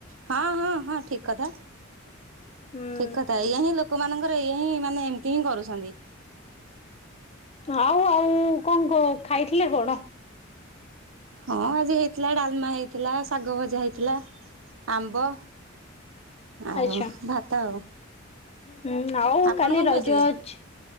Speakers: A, on the right; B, on the left.
A: ହଁ ହଁ ହଁ ଠିକ କଥା।
B: ହୁଁ
A: ଠିକ କଥା ଏଇଆ ହିଁ ଲୋକମାନଙ୍କର ଏଇ ହିଁ ମାନେ ଏମିତି ହିଁ କରୁଛନ୍ତି।
B: ଆଉ ଆଉ କଣ କ ଖାଇଥିଲେ କଣ?
A: ହଁ ଆଜି ହେଇଥିଲା ଡାଲମା ହେଇଥିଲା ଶାଗ ଭଜା ହେଇଥିଲା। ଆମ୍ବ ଆଉ
B: ଆଚ୍ଛା
A: ଭାତ ଆଉ।
B: ହୁଁ ଆଉ
A: ଆପଣ
B: କାଲି
A: କଣ
B: ରଜ
A: ଖାଇଥିଲେ?
B: ଅଛି।